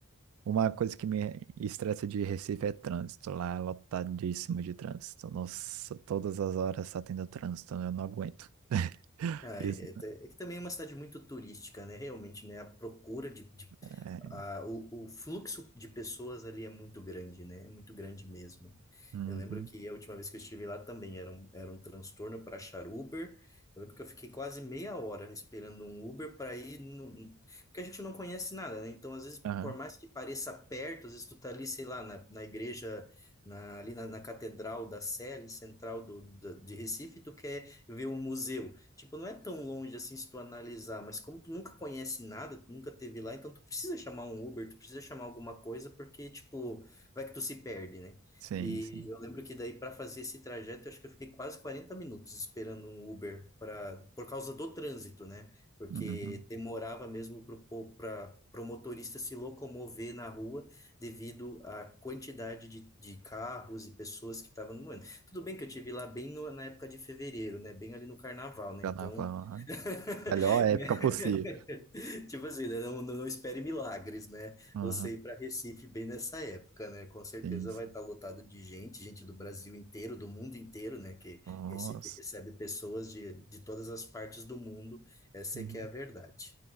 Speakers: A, on the right; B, on the left.
A: Uma coisa que me estressa de Recife é trânsito. Lá é lotadíssimo de trânsito. Nossa, todas as horas tá tendo trânsito, eu não aguento. <laughs>
B: Ah,
A: Isso,
B: é, é te- é que também é uma cidade muito turística, né? Realmente, né? A procura de, de
A: é,
B: a, o, o fluxo de pessoas ali é muito grande, né? É muito grande mesmo.
A: uhum,
B: Eu lembro que a última vez que eu estive lá também era um, era um transtorno para achar Uber. Eu lembro que eu fiquei quase meia hora esperando um Uber para ir no... porque a gente não conhece nada, né? Então, às vezes,
A: aham,
B: por mais que pareça perto, às vezes tu tá ali, sei lá, na, na igreja, na, ali na, na Catedral da Sé, ali central do, da- de Recife, tu quer ver um museu. Tipo, não é tão longe assim se tu analisar, mas como tu nunca conhece nada, tu nunca teve lá, então tu precisa chamar um Uber, tu precisa chamar alguma coisa, porque, tipo, vai que tu se perde, né?
A: sim,
B: E
A: sim.
B: eu lembro que daí para fazer esse trajeto, eu acho que eu fiquei quase 40 minutos esperando um Uber para por causa do trânsito, né? Porque
A: Uhum.
B: demorava mesmo para o motorista se locomover na rua devido à quantidade de, de carros e pessoas que estavam no momento. Tudo bem que eu tive lá bem no- na época de fevereiro, né? Bem ali no carnaval, né?
A: Carnaval,
B: Então,
A: aham.
B: <laughs>
A: Melhor época possível.
B: tipo assim, né? Não, não espere milagres, né?
A: Aham,
B: Você ir para Recife bem nessa época, né? Com certeza
A: sim, sim.
B: vai estar lotado de gente, gente do Brasil inteiro, do mundo inteiro, né? Que
A: Nossa.
B: Recife recebe pessoas de, de todas as partes do mundo. Essa
A: Uhum.
B: é que é a verdade.